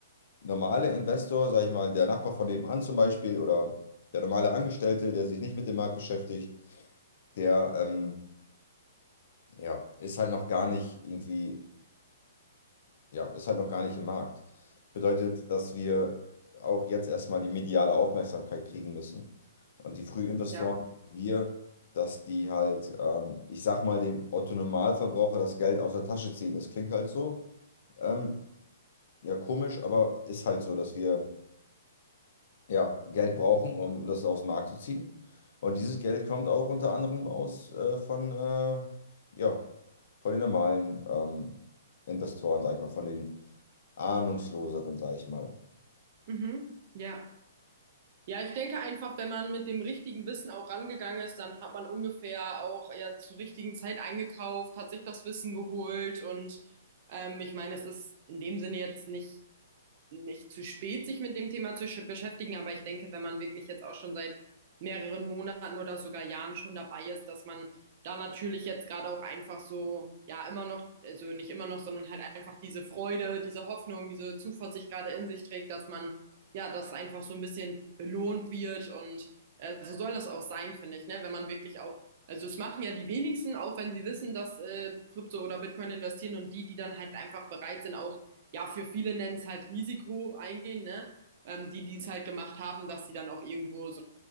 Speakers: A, on the left; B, on the right.
A: normale Investor, sag ich mal, der Nachbar von nebenan zum Beispiel oder der normale Angestellte, der sich nicht mit dem Markt beschäftigt, der ähm, ja, ist halt noch gar nicht irgendwie ja, ist halt noch gar nicht im Markt. Bedeutet, dass wir auch jetzt erstmal die mediale Aufmerksamkeit kriegen müssen. Und die Frühinvestoren,
B: ja,
A: wie wir, dass die halt, ähm, ich sag mal, den Otto-Normalverbraucher das Geld aus der Tasche ziehen. Das klingt halt so, ähm, ja, komisch, aber ist halt so, dass wir ja, Geld brauchen, um das aus dem Markt zu ziehen. Und dieses Geld kommt auch unter anderem aus äh, von, äh, ja, von den normalen ähm, Investoren, sag ich mal, von den ahnungsloseren, sage ich mal.
B: mhm, ja. Ja, ich denke einfach, wenn man mit dem richtigen Wissen auch rangegangen ist, dann hat man ungefähr auch ja zur richtigen Zeit eingekauft, hat sich das Wissen geholt und ähm, ich meine, es ist in dem Sinne jetzt nicht nicht zu spät, sich mit dem Thema zu sch- beschäftigen, aber ich denke, wenn man wirklich jetzt auch schon seit mehreren Monaten oder sogar Jahren schon dabei ist, dass man da natürlich jetzt gerade auch einfach so, ja, immer noch, also nicht immer noch, sondern halt einfach diese Freude, diese Hoffnung, diese Zuversicht gerade in sich trägt, dass man, ja, das einfach so ein bisschen belohnt wird und äh, so soll das auch sein, finde ich, ne, wenn man wirklich auch Also es machen ja die wenigsten, auch wenn sie wissen, dass äh, Krypto oder Bitcoin investieren und die, die dann halt einfach bereit sind, auch ja, für viele nennen es halt Risiko eingehen, ne? Ähm, die, die es halt gemacht haben, dass sie dann auch irgendwo so,